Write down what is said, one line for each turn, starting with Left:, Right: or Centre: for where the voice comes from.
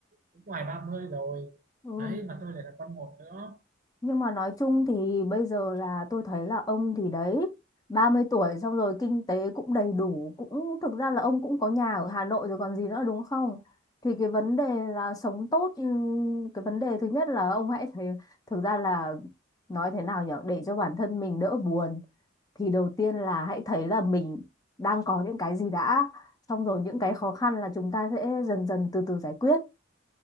Right: cũng ngoài 30 rồi
Left: ừ
Right: đấy mà tôi lại là con một nữa
Left: nhưng mà nói chung thì bây giờ là tôi thấy là ông thì đấy 30 tuổi xong rồi kinh tế cũng đầy đủ cũng thực ra là ông cũng có nhà ở Hà Nội rồi còn gì nữa đúng không thì cái vấn đề là sống tốt ừm, cái vấn đề thứ nhất là ông hãy thấy thực ra là nói thế nào nhở để cho bản thân mình đỡ buồn thì đầu tiên là hãy thấy là mình đang có những cái gì đã xong rồi những cái khó khăn là chúng ta sẽ dần dần từ từ giải quyết